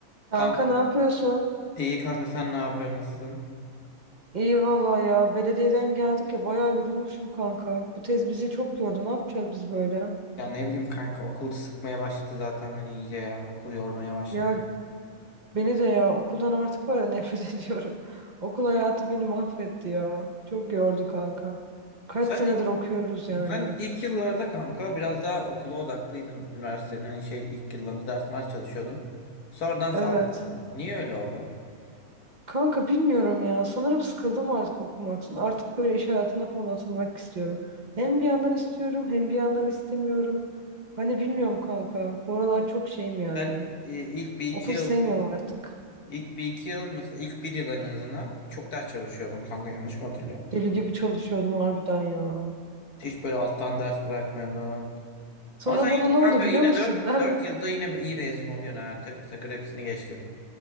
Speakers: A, on the right; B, on the left.
A: Kanka
B: Kanka
A: ne yapıyorsun?
B: iyi kanka sen ne yapıyorsun nasılsın?
A: İyi vallahi ya. Belediyeden geldik ya bayağı yorulmuşum kanka. Bu tez bizi çok yordu. Ne yapacağız biz böyle?
B: Ya ne bileyim kanka okul sıkmaya başladı zaten beni iyice ya okul yormaya başladı.
A: Ya beni de ya okuldan artık var ya nefret <laughs> ediyorum. Okul hayatı beni mahvetti ya. Çok yordu kanka. Kaç
B: Sen
A: senedir okuyoruz yani.
B: sen ilk yıllarda kanka biraz daha okula odaklıydın üniversitenin hani şey ilk yıllarında ders mers çalışıyordun. Sonradan saldın.
A: Evet.
B: Niye öyle oldu?
A: Kanka bilmiyorum ya. Sanırım sıkıldım artık okumaktan. Artık böyle iş hayatına falan atılmak istiyorum. Hem bir yandan istiyorum hem bir yandan istemiyorum. Hani bilmiyorum kanka. Bu aralar çok şeyim yani.
B: Sen e, ilk bir iki
A: Okulu
B: yıl
A: sevmiyorum artık.
B: ilk bir iki yıl mesela ilk bir yıl en azından çok ders çalışıyordun kanka yanlış mı hatırlıyorum?
A: Deli gibi çalışıyordum harbiden ya.
B: Hiç böyle alttan ders bırakmıyordun.
A: Sonra
B: Ama sen
A: bana
B: yine
A: ne oldu
B: kanka
A: biliyor
B: yine
A: musun?
B: dört
A: Ben
B: dört
A: bir...
B: yılda yine iyi mezun oluyorsun ha. Takır takır hepsini geçtin.